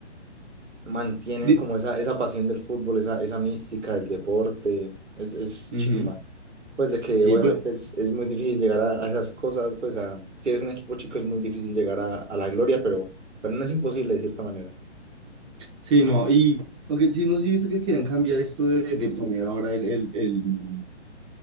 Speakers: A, on the right (about 80°); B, on the right (about 25°).
A: mantienen
B: di-
A: como esa, esa pasión del fútbol, esa, esa mística del deporte, es, es
B: ujú.
A: chimba. Pues de que
B: Sí,
A: obviamente
B: pero-
A: es, es muy difícil llegar a, a esas cosas, pues a, si eres un equipo chico es muy difícil llegar a, a la gloria, pero, pero no es imposible de cierta manera.
B: sí, no, y... Ok, sí, no sé si viste que querían cambiar esto de, de poner ahora el, el, el